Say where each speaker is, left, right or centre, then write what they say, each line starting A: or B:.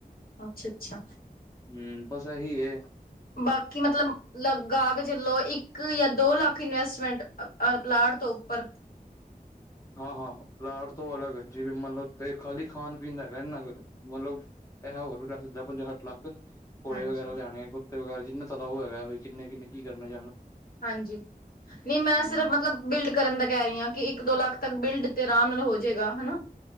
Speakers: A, on the left; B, on the left.
A: ਅੱਛਾ- ਅੱਛਾ।
B: ਹੂੰ, ਬਸ ਏਹੀ ਹੈ।
A: ਬਾਕੀ ਮਤਲਬ ਲਗਾਗ ਕੇ ਚਲੋ ਇੱਕ ਜਾਂ ਦੋ ਲੱਖ ਇਨਵੈਸਟਮੈਂਟ ਪਲਾਟ ਤੋਂ ਉੱਪਰ
B: ਹਾਂ ਹਾਂ ਪਲਾਟ ਤੋਂ, ਅਲੱਗ ਜਿਵੇਂ ਮਤਲਬ ਤੇ ਖਾਲੀ ਖਾਣ ਪੀਣ ਦਾ ਹੈਗਾ ਨਾ ਮਤਲਬ ਪੈਸਾ, ਹੋਰ ਵੀ ਦੱਸ ਦਦਾ ਪੰਜਾ ਸੱਠ ਲੱਖ ਘੋੜੇ
A: ਹਾਂਜੀ,
B: ਵਗੈਰਾ ਲਿਆਣੇ, ਕੁੱਤੇ ਵਗੈਰਾ, ਜਿਨਾ ਤੁਹਾਡਾ ਹੋ ਹਗਾ। ਤਰ੍ਹਾਂਉਹ ਹੈਗਾ ਵੀ ਕਿੰਨੇ ਕਿੰਨੇ ਕੀ ਕਰਨੇ ਹੈ।
A: ਹਾਂਜੀ। ਨਹੀਂ ਮੈਂ,
B: ਹੂੰ
A: ਸਿਰਫ ਮਤਲਬ ਬਿਲਡ ਕਰਨ ਦਾ ਕਹਿ ਰਹੀ ਹਾਂ, ਕਿ ਇੱਕ ਦੋ ਲੱਖ ਤੱਕ ਬਿਲਡ ਆਰਾਮ ਨਾਲ ਹੋ ਜਾਏਗਾ ਹਨਾ।